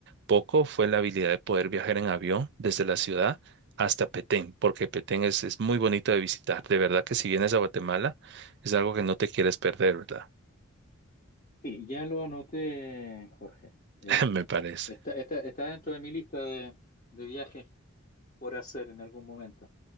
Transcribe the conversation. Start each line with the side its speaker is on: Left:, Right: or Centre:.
Right: poco fue la habilidad de poder viajar en avión desde la ciudad hasta Petén, porque Petén es, es muy bonito de visitar. De verdad que si vienes a Guatemala, es algo que no te quieres perder, ¿verdad?
Left: Sí, ya lo anoté, Jorge. Eh,
Right: <laughs> Me parece.
Left: está, está- está dentro de mi lista de, de viajes por hacer en algún momento.